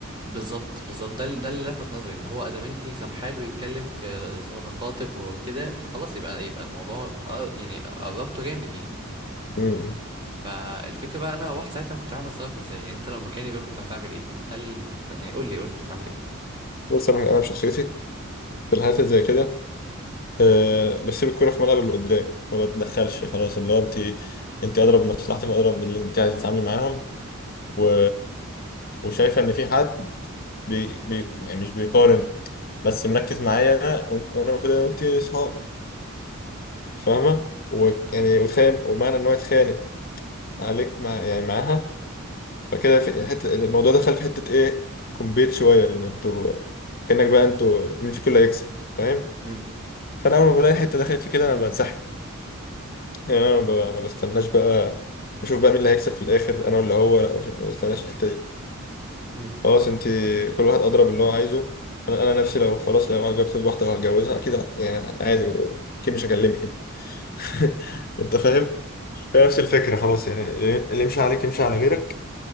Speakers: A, on the right; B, on the left.
A: بالظبط بالظبط ده ده اللي لفت نظري ان هو ادام انت سامحاله يتكلم في صداقاتك وكده فخلاص يبقى يبقى الموضوع أ- يعني قربته جامد يعني
B: أمم.
A: فالفكره بقى انا رحت ساعتها ما كنتش عارف اتصرف ازاي يعني انت لو مكاني بقى كنت هتعمل ايه هل كنت هت... يعني قول لي قول لي كنت هتعمل ايه
B: بص انا انا بشخصيتي في الحالات اللي زي كده أه بسيب الكوره في ملعب اللي قدام ما بتدخلش خلاص اللي هو انت انت اضرب بمصلحتك واضرب باللي انت عايز تتعاملي معاهم و... وشايفه ان في حد بي... بي... يعني مش بيقارن بس مركز معايا انا وإنت- وانا المفروض انا وانت اصحاب فاهمه ويعني وتخيل ومعنى ان هو يتخانق عليك مع يعني معاها فكده في حتة الموضوع دخل في حتة ايه كومبيت شوية ان انتوا كأنك بقى انتوا مين فيكم اللي هيكسب فاهم
A: امم
B: فانا اول ما بلاقي حتة دخلت في كده انا بنسحب يعني انا ما ب- ما بستناش بقى اشوف بقى مين اللي هيكسب في الاخر انا ولا هو لا ما بستناش الحتة دي
A: امم
B: خلاص انت كل واحد اضرب اللي هو عايزه انا انا نفسي لو خلاص لو جبت واحدة وهتجوزها اكيد ه- يعني عادي اكيد مش هكلمك <laughs> انت فاهم هي نفس الفكرة خلاص يعني اللي يمشي عليك يمشي على غيرك